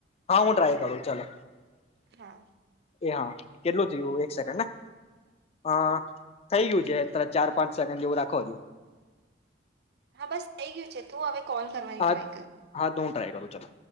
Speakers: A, on the left (about 35°); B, on the right (about 60°).
A: હા હું ટ્રાય કરું ચાલ એ
B: હા
A: હા. કેટલું થયું એક સેકન્ડ ને હ થઈ ગયું છે ત ચાર પાંચ સેકન્ડ એવું રાખો છ
B: હા બસ થઈ ગયું છે તું હવે કોલ કરવાની
A: હા
B: ટ્રાય કર.
A: હા તો હું ટ્રાય કરું ચાલો.